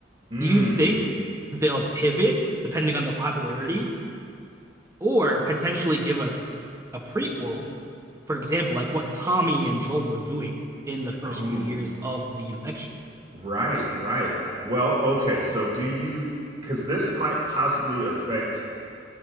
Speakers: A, on the right; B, on the right.
A: Mm.
B: Do you think they'll pivot depending on the popularity or potentially give us a prequel? For example, like what Tommy and Joel were doing in the first
A: Oh,
B: few years of the infection.
A: right, right. Well, okay. So do you cuz this might possibly affect